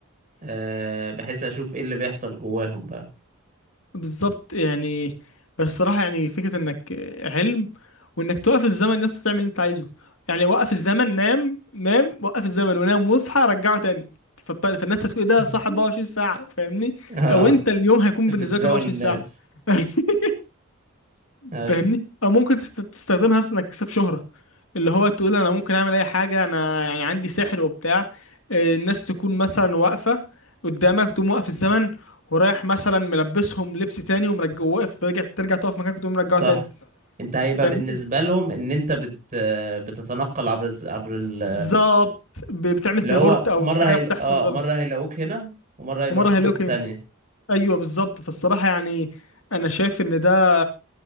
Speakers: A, on the right (about 40°); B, on the left (about 75°).
A: آه بحيث اشوف ايه اللي بيحصل جواهم بقى
B: بالظبط يعني بس الصراحة يعني فكرة انك علم وانك توقف الزمن الناس تعمل اللي انت عايزه يعني وقف الزمن نام نام وقف الزمن ونام واصحى رجعه تاني فالط- فالناس هتقول إيه
A: <laughs>
B: ده صح 24 ساعة فاهمني
A: اه
B: او انت اليوم هيكون
A: بتزاول
B: بالنسبة لك 24
A: الناس
B: ساعة <laughs>
A: اي
B: فاهمني او ممكن تست- تستخدمها اصلا انك تكسب شهرة اللي هو تقول انا ممكن اعمل اي حاجة انا يعني عندي سحر وبتاع آه، الناس تكون مثلا واقفة قدامك تقوم واقف الزمن ورايح مثلا ملبسهم لبس تاني ومرجع واقف رجع ترجع تقف مكانك وتقوم مرجعه
A: صح
B: تاني
A: انت هيبقى
B: فاهمني
A: بالنسبة لهم ان انت بت بتتنقل عبر الز... عبر ال...
B: بالظبط ب- بتعمل
A: اللي
B: تليبورت
A: هو
B: او
A: مرة
B: في
A: هي...
B: حاجة بتحصل
A: اه
B: غلط
A: مرة هيلاقوك هنا ومرة هيلاقوك
B: ومرة
A: في
B: هيلوكي
A: حتة تانية
B: ايوه بالظبط فالصراحة يعني انا شايف ان ده